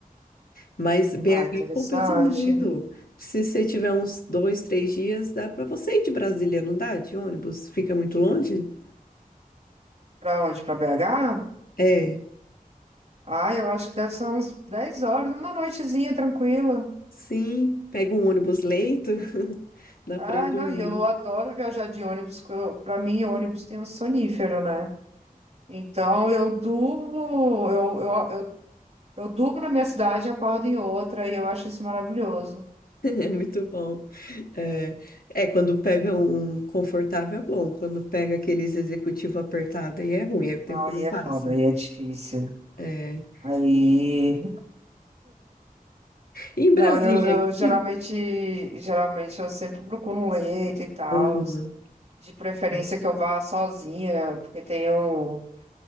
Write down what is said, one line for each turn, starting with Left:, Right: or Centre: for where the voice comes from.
Left: Mas BH
Right: Ah, interessante.
Left: compensa muito. Se você tiver uns dois, três dias, dá para você ir de Brasília, não dá? De ônibus? Fica muito longe?
Right: Pra onde? Pra BH?
Left: É,
Right: Ah, eu acho que deve ser uns 10 horas, uma noitezinha tranquila.
Left: sim. Pega um ônibus leito, <laughs> dá
Right: Ah,
Left: para ir dormindo.
Right: não, e eu adoro
Left: <laughs>
Right: viajar de ônibus, porque eu- pra mim ônibus tem um sonífero, né? Então, eu durmo, eu, eu, eu, eu durmo na minha cidade e acordo em outra, e eu acho isso maravilhoso.
Left: É muito bom. É, é, quando pega um confortável é bom. Quando pega aqueles executivo apertado aí é ruim, aí o tempo
Right: Não, aí
Left: não passa.
Right: é foda, aí é difícil.
Left: É.
Right: Aí.
Left: E em
Right: Não,
Left: Brasília,
Right: eu, eu
Left: aqui.
Right: geralmente, geralmente eu sempre procuro um leito e tal,
Left: Aham.
Right: de preferência
Left: É.
Right: que eu vá sozinha, porque tenho,